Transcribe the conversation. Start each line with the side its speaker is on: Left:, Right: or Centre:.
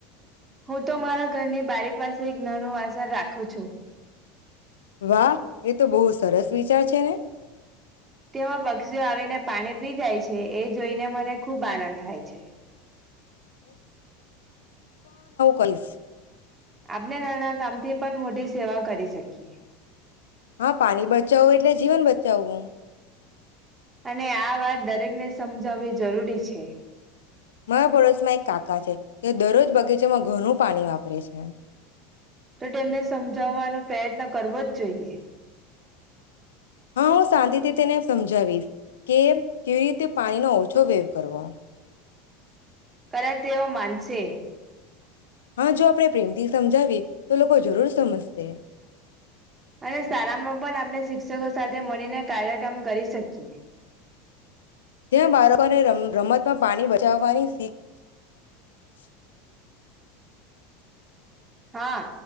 Right: હું તો મારા ઘરની બારી પાસે એક નાનો વાસણ રાખું છું.
Left: વાહ, એ તો બહુ સરસ વિચાર છે ને
Right: તેમાં પક્ષીઓ આવીને પાણી પી જાય છે એ જોઈને મને ખુબ આનંદ થાય છે. <unintelligible>
Left: કરીશ.
Right: આપણે નાના કામથી પણ મોટી સેવા કરી શકીએ.
Left: હા, પાણી બચાવવું એટલે જીવન બચાવવું એ
Right: અને આ વાત દરેકને સમજાવવી જરૂરી છે.
Left: મારા પડોશ માં એક કાકા છે તે દરરોજ બગીચેમાં ઘણું પાણી વાપરે છે.
Right: તો તેમને સમજાવવાનો પ્રયત્ન કરવો જ જોઈએ.
Left: હા હું શાંતિથી તેને સમજાવી કે કેવી રીતે પાણીનો ઓછો વેવ કરવો
Right: કદા તેઓ માનશે.
Left: હા જો આપણે પ્રેમથી સમજાવીએ તો લોકો જરૂર સમજશે.
Right: અને શાળામાં પણ આપણે શિક્ષકો સાથે મળીને કાર્યક્રમ કરી શકીએ.
Left: જ્યાં બાળકોને રમ્મ રમતમાં પાણી બચાવવાની શીખ. <unintelligible>
Right: હા